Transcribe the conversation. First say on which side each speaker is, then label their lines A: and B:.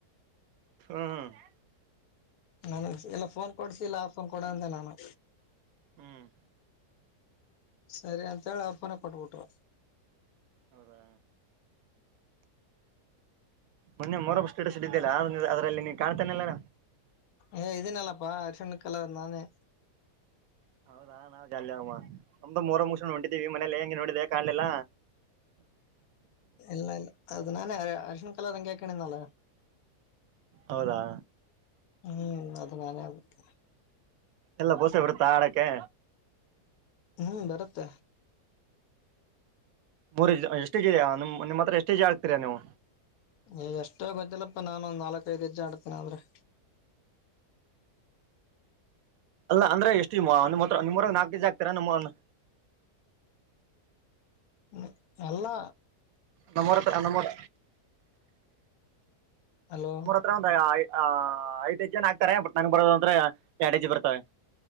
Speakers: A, on the right; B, on the left.
A: ಹ್ಮ ಹಾ
B: ನ ಎಲ್ಲ <unintelligible> ಫೋನ್ ಕೊಡ್ಸಿಲ್ಲ ಆ ಫೋನ್ ಕೊಡಂದೆ ನಾನು.
A: ಹ್ಮ್
B: ಸರಿ ಅಂತೇಳಿ ಅವ್ರ್ಫೋನೇ ಕೊಟ್ಬಿಟ್ರು.
A: ಹೌದಾ ಮೊನ್ನೆ ಮೊರಬಸ್ಟಸಡ್ ಇದಿದ್ದಲ್ಲ ಅ ಅದರಲ್ಲಿ ನೀ ಕಾಣ್ತಾನಿಲ್ಲಾ.
B: ಏ ಇದೀನ್ನಲ್ಲಪ್ಪಾ ಅರಿಶ್ಣ ಕಲರ್ನಾನೆ.
A: ಹೌದಾ ನಾವು ಜಾಲಿ <unintelligible> ಮೂರು ಮುಗ್ಸಕೂಂಡ್ ಹೊಂಟಿದೀವಿ ಮನೇಲಿ ಹೆಂಗೆ ನೋಡಿದೆ ಕಾಣಲಿಲ್ಲ.
B: ಇಲ್ಲಲ್ಲ ಅದ ನಾನೇ ಅರಿಶನ್ ಕಲ್ಲ ಅಂಗಿ ಆಕಣನ್ನಳ
A: ಹೌದಾ
B: ಹ್ಮ್ ಅದ ನಾನೇ ಅ
A: ಎಲ್ಲ ದೋಸೆ ಬಿಡತಾ ಆಡಕ್ಕೆ
B: ಹ್ಮ್ ಬರುತ್ತೆ
A: ಮೂ ಎಷ್ಟು ಜ ನಿಮ್ಮ ಹತ್ರ ಎಷ್ಟು ಜ ಆಗ್ತೀರಾ ನೀವು
B: ನೀ ಎಷ್ಟೋ ಗಜ್ಜಿಲ್ಲಪ್ಪಾ ನಾನುಂದ್ ನಾಲ್ಕೈಐದು ಗಜ್ಜೆ ಆಡ್ತೇನ ಅ ಆದ್ರೆ <inaudible>
A: ಅಲ್ಲ ಅಂದ್ರೆ ಎಷ್ಟಿಮ್ಮಮ್ಮ ಹತ್ರ ನಿಮ್ಮ್ವರಗ್ ನಾಕ ದಜ ಆಗ್ತರಾ ನಿಮ್ಮ
B: ಹ್ಮ ಎಲ್ಲಾ
A: ನಮ್ಮೂರತ್ರ ನೂರ
B: ಹಲೋ
A: ನಮ್ಮೂರ ಎತ್ರ ಬಂದ ಆ ಹ ಐದ ಹೆಜ್ ಜನ ಆಗ್ತಾರೆ ಬಟ್ ನಂ ಬರೋದ ಅಂದ್ರೆ ಎಡ ಹೆಜ್ ಬರ್ತವೆ